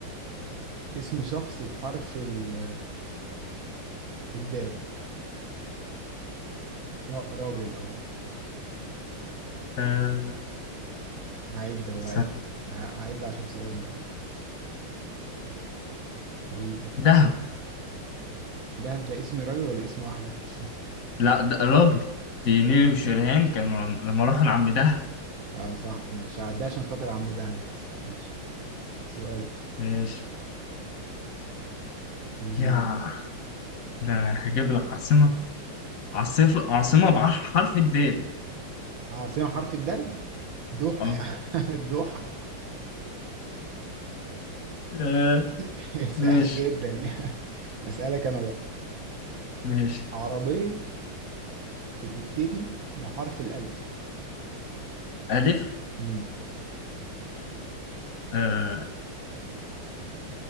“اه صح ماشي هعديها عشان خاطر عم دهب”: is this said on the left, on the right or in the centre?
Right